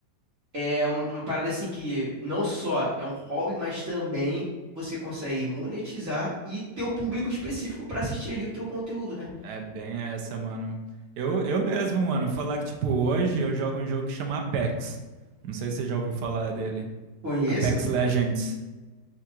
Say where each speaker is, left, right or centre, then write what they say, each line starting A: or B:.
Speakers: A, on the right (about 50°); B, on the right (about 70°).
A: é um- uma parada assim que não só é um hobby, mas também você consegue monetizar e ter o público específico pra assistir ali o teu conteúdo, né?
B: é bem essa, mano. Eu, eu mesmo, mano, falar que, tipo, hoje eu jogo um jogo que chama Apex. Não sei se você já ouviu falar dele.
A: Conheço
B: Apex Legends.